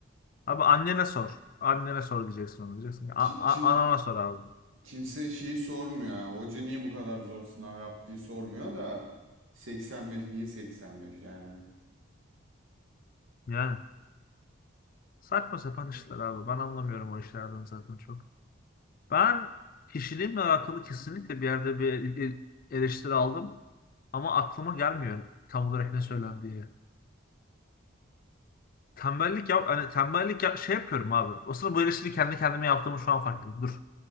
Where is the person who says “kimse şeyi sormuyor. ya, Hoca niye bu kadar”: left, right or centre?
Right